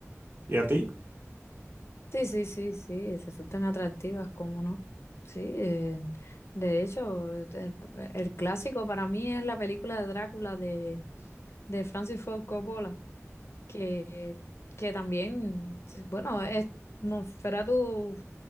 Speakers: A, on the right (about 40°); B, on the left (about 55°).
A: ¿Y a ti?
B: Sí, sí, sí, sí, resultan atractivas, cómo no. Sí, eh, de hecho, el, el clásico para mí es la película de Drácula de, de Francis Ford Coppola, que, que también, sí, bueno, es Nosferatu,